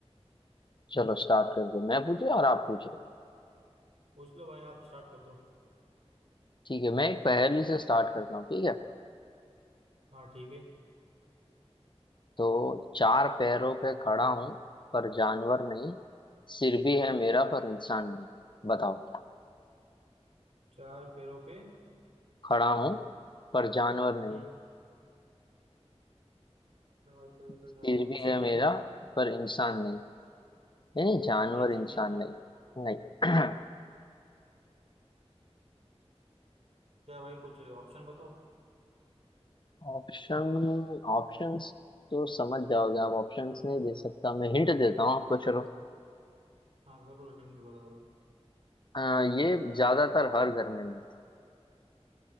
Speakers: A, on the left (about 45°); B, on the right (about 75°).
A: चलो स्टार्ट करते हैं। मैं पूछ रहा हूँ और आप पूछ रहे हो
B: हाँ पूछ लो भाई आप स्टार्ट कर दो
A: ठीक है मैं एक पहेली से स्टार्ट करता हूँ ठीक है
B: हाँ ठीक है
A: तो चार पैरों पे खड़ा हूँ पर जानवर नहीं सिर भी है मेरा पर इंसान नहीं बताओ क्या
B: चार पैरों पे
A: खड़ा हूँ पर जानवर नहीं
B: हम्म चार पैरों पे
A: सिर
B: खड़ा हो
A: भी
B: चींटी
A: है मेरा पर इंसान नहीं यानी जानवर
B: चींटी चींटी
A: इंसान नहीं नहीं <clears throat>
B: क्या भाई कुछ ऑप्शन बताओ
A: ऑप्शन ऑप्शंस तो समझ जाओगे आप ऑप्शंस नहीं दे सकता मैं हिंट देता हूँ आपको चलो
B: हाँ जरूर हिंट बता दो
A: अ, ये ज्यादातर हर घर में मिलती